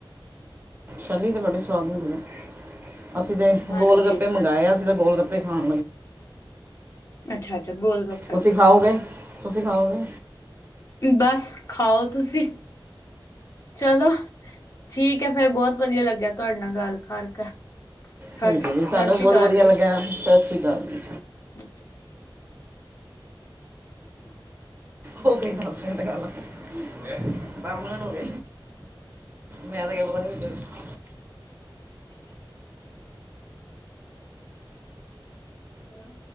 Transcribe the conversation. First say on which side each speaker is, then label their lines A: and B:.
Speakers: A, on the right; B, on the left.
A: ਛੱਲੀ ਤੇ ਬੜੀ ਸਵਾਦ ਹੁੰਦੀ ਆ ਅਸੀਂ ਤੇ
B: ਹਾਂਜੀ
A: ਗੋਲ-ਗੱਪੇ ਮੰਗਵਾਏ ਅਸੀਂ ਤਾਂ ਗੋਲ-ਗੱਪੇ <unintelligible>
B: ਅੱਛਾ-ਅੱਛਾ, ਗੋਲ-ਗੱਪੇ
A: ਤੁਸੀਂ ਖਾਓਗੇ- ਤੁਸੀਂ ਖਾਓਗੇ।
B: ਬੱਸ ਖਾਓ ਤੁਸੀਂ। ਚਲੋ ਠੀਕ ਹੈ, ਫਿਰ ਬਹੁਤ ਵਧੀਆ ਲੱਗਿਆ ਤੁਹਾਡੇ ਨਾਲ ਗੱਲ ਕਰਕੇ ਸਤਿ
A: ਠੀਕ ਹੈ ਜੀ ਸਾਨੂੰ
B: ਸ੍ਰੀ
A: ਵੀ ਬਹੁਤ
B: ਅਕਾਲ
A: ਵਧੀਆ
B: ਜੀ।
A: ਲੱਗਿਆ। ਸਤਿ ਸ਼੍ਰੀ ਅਕਾਲ ਜੀ
B: <unintelligible> <inaudible>
A: ਹੋ ਗਈ ਦੱਸ ਮਿੰਟ ਗੱਲ, ਦੱਸ ਮਿੰਟ ਹੋ ਗਏ। ਮੈਂ ਤਾਂ ਕਿ <unintelligible>
B: <unintelligible> ਹਮ।